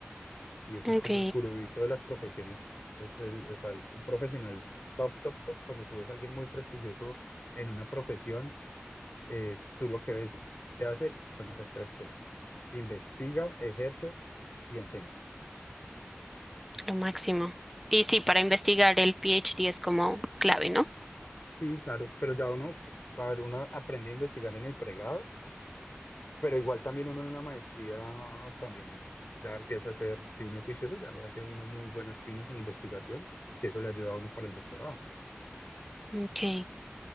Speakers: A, on the left; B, in the centre.
A: Y ese
B: Ok,
A: es como el curubito de las profesiones. Es el, o sea, un profesional top, top, top. Cuando tú ves a alguien muy prestigioso en una profesión, eh, tú lo que ves que hace son esas tres cosas. Investiga, ejerce y enseña.
B: lo máximo. Y sí, para investigar el PhD es como clave, ¿no?
A: Sí, claro, pero ya uno, a ver, uno aprende a investigar en el pregrado, pero igual también uno en una maestría también en- ya empieza a hacer si uno es juicioso, ya hace unos muy buenos pinos en investigación, que eso le ayuda a uno para el doctorado.
B: Ok.